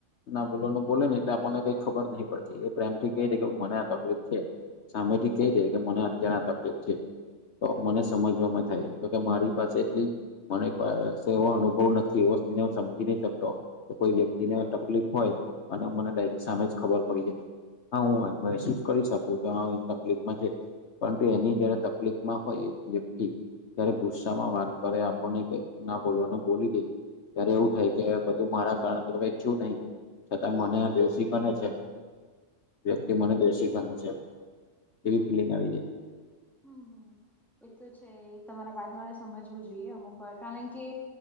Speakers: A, on the left; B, in the centre.
A: ના બોલવાનું બોલે ને એટલે આપણને કઈ ખબર નહી પડતી એ પ્રેમ થી કઈ ર કે મને આ તકલીફ છે સામેથી કહી દે કે મને અત્યારે આ તકલીફ છે તો મને સમજવામાં થાય તો કે મારી પાસે એટલી મને સેવા અનુ બ નથી એ વાતને હ સમજી નઈ શકતો તો કોઈ વ્યક્તિને તકલીફ હોય અને મને ડાયરેક્ટ સામે જ ખબર પડી જતી હા હું મહેસૂસ કરી શકું કે તકલીફમાં છે પરંતુ એની જયારે તકલીફમાં હોય વ્યક્તિ ત્યારે ગુસ્સા માં વાત કરે આપણને કઈ ના બોલવાનું બોલી દે ત્યારે એવું થાય કે બધું મારા કારણે તોચચું નહી છતાં મને આ દોષી બને છે વ્યક્તિ
B: હમ
A: મને દોષી બને છે
B: બરાબર
A: હ
B: હમ હમ એ તો છે તમારા વાત ન વારે સમજવું જોઈએ અમુક વાર કારણ કે